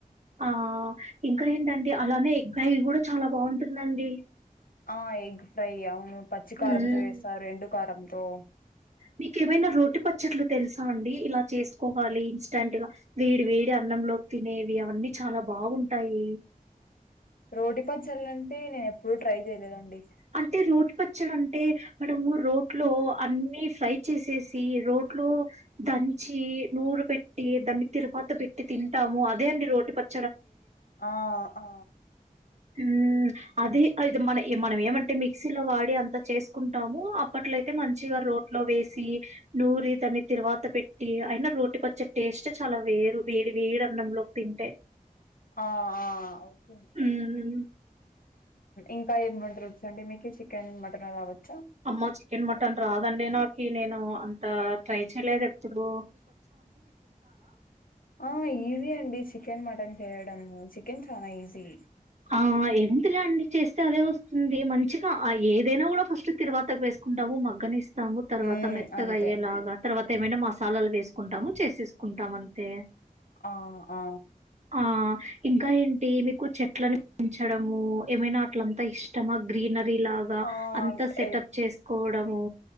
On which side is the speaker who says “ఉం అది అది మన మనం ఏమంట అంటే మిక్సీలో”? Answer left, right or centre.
Right